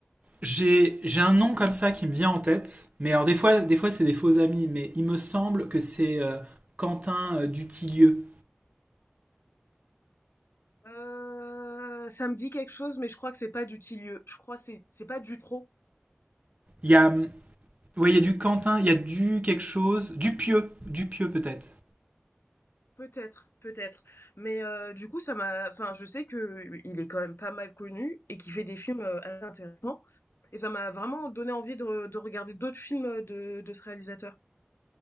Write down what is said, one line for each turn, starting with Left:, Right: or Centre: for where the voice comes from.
Right: j'ai, j'ai un nom comme ça qui me vient en tête, mais alors des fois, des fois c'est des faux amis, mais il me semble que c'est euh, Quentin euh, Dutilleux.
Left: Euh, ça me dit quelque chose, mais je crois que c'est pas du Dutilleux. Je crois que c'est c'est pas Dutro.
Right: Il y a, Ouais, il y a du Quentin, il y a du quelque chose, du pieux, du pieux peut-être.
Left: Peut-être, peut-être. Mais heu, du coup, ça m'a enfin, je sais que il est quand même pas mal connu et qu'il fait des films, heu, assez intéressants et ça m'a vraiment donné envie de re de regarder d'autres films, heu, de de ce réalisateur.